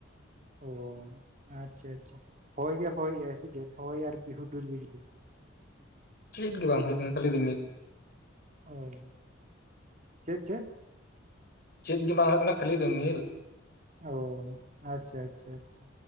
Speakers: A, on the right; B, on the left.
A: ᱚ ᱟᱪᱪᱷᱟ ᱟᱪᱪᱷᱟ ᱦᱚᱭ ᱜᱮ ᱦᱚᱭ ᱜᱮ ᱥᱮ ᱫᱮᱫ ᱦᱚᱭ ᱟᱨ ᱦᱩᱰᱩᱨ ᱵᱤᱡᱽᱞᱤ,
B: ᱪᱮᱫ ᱜᱮ ᱵᱟᱝ ᱦᱩᱭᱩᱜ ᱠᱟᱱᱟ ᱠᱷᱟᱹᱞᱤ ᱨᱤᱢᱤᱞ
A: ᱚ ᱪᱮᱫ ᱪᱮᱫ,
B: ᱪᱮᱫ ᱜᱮ ᱵᱟᱝ ᱦᱩᱭᱩᱜ ᱠᱟᱱᱟ ᱠᱷᱟᱹᱞᱤ ᱨᱤᱢᱤᱞ,
A: ᱚ ᱟᱪᱪᱷᱟ ᱟᱪᱪᱷᱟ ᱟᱪᱪᱷᱟ,